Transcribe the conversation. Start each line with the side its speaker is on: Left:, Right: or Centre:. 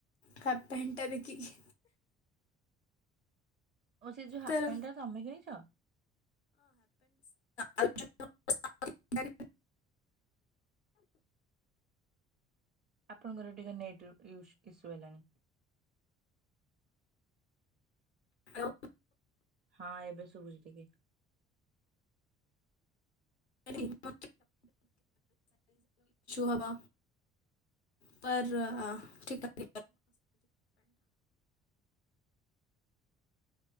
Left: ହାଲ୍ଫ ପ୍ୟାଣ୍ଟ ଟା ଦେଖିକି।
Right: ଓ ସେ ଯୋଉଁ ହାଫ
Left: ତାର
Right: ପ୍ୟାଣ୍ଟ ଟା ତମେ କିଣିଛ?
Left: ଆ <unintelligible>
Right: ଆପଣଙ୍କର ଟିକେ ନେଟ ୟୁ ୟୁସୁ ହେଲାଣି।
Left: ହଉ।
Right: ହଁ ଏବେ ଶୁଭୁଛି ଟିକେ।
Left: <unintelligible> ହବ। ପର ଠିକା <unintelligible>
Right: <inaudible>